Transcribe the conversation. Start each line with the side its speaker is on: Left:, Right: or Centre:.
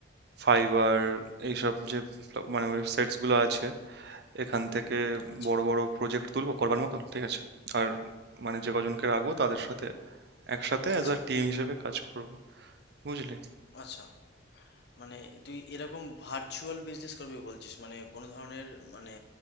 Right: ফাইবার এইসব যে প্ল- মানে ওয়েবসাইটস গুলো আছে এখান থেকে
Left: আচ্ছা
Right: বড় বড় প্রজেক্ট তুলবো করবার মতো ঠিক আছে আর মানে যে কজনকে রাখবো তাদের সাথে একসাথে অ্যাজ
Left: আচ্ছা
Right: আ টিম হিসেবে কাজ করব বুঝলি
Left: আচ্ছা মানে তুই এরকম ভার্চুয়াল বিজনেস করবি বলছিস মানে কোনো ধরনের মানে